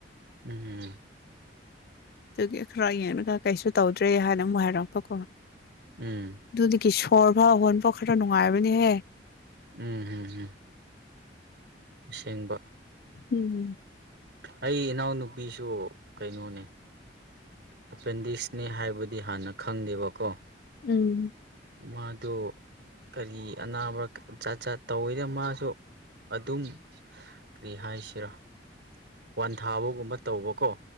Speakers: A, on the right; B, on the left.
A: ꯎꯝ
B: ꯑꯗꯨꯒꯤ ꯈꯔ ꯌꯦꯡꯉꯒ ꯀꯩꯁꯨ ꯇꯧꯗ꯭ꯔꯦ ꯍꯥꯏꯅ ꯑꯃꯨꯛ ꯍꯥꯏꯔꯛꯄꯀꯣ
A: ꯎꯝ
B: ꯑꯗꯨꯗꯒꯤ ꯁꯣꯔꯐꯥꯎ ꯍꯣꯟꯕ ꯈꯔ ꯅꯨꯡꯉꯥꯏꯔꯕꯅꯤꯍꯦ
A: ꯎꯝ ꯍꯝ ꯎꯝ ꯑꯁꯦꯡꯕ
B: ꯎꯝꯝ
A: ꯑꯩ ꯏꯅꯥꯎꯅꯨꯄꯤꯁꯨ ꯀꯩꯅꯣꯅꯦ ꯑꯦꯄꯦꯟꯗꯤꯛꯁꯅꯤ ꯍꯥꯏꯕꯗꯤ ꯍꯥꯟꯅ ꯈꯪꯗꯦꯕꯀꯣ
B: ꯎꯝ
A: ꯃꯥꯗꯨ ꯀꯔꯤ ꯑꯅꯥꯕ ꯆꯠ ꯆꯥꯠ ꯇꯧꯋꯤꯅ ꯃꯥꯁꯨ ꯑꯗꯨꯝ ꯀꯔꯤ ꯍꯥꯏꯁꯤꯔꯣ ꯋꯥꯟ ꯊꯥꯕꯒꯨꯝꯕ ꯇꯧꯕꯀꯣ